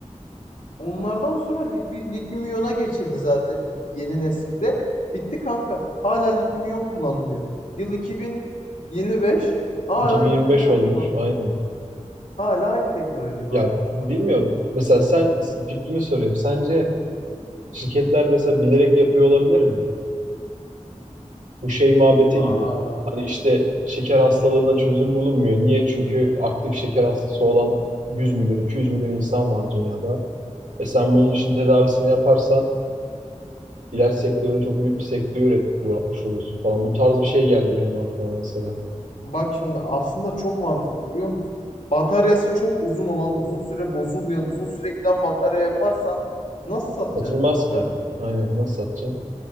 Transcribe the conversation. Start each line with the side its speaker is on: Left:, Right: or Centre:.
Left: Onlardan sonra lit- lityum iyona geçildi zaten yeni nesilde. Bitti kanka. Hala lityum iyon kullanılıyor. Yıl 2025 hala
Right: 2025
Left: lityum iyon
Right: olmuş.
Left: kullan.
Right: Aynen.
Left: Hala aynı teknoloji baktığın
Right: Ya
Left: zaman.
Right: bilmiyorum. Mesela sen fikrini sorayım. Sence şirketler mesela bilerek yapıyor olabilir mi? Bu şey muhabbeti
Left: Aa,
Right: gibi. Hani işte şeker hastalığına çözüm bulunmuyor. Niye? Çünkü aktif şeker hastası olan 100 milyon, 200 milyon insan var dünyada. E sen bunun için tedavisini yaparsan ilaç sektörüne çok büyük bir sektörü uğratmış oluyorsun falan. Bu tarz bir şey geldi benim aklıma mesela.
Left: bak şimdi aslında çok mantıklı biliyor musun? Bataryası çok uzun olan, uzun süre bozulmayan, uzun süre giden batarya yaparsan nasıl satacaksın
Right: Satılmaz
Left: kanka?
Right: ki. Aynen. Nasıl satacaksın?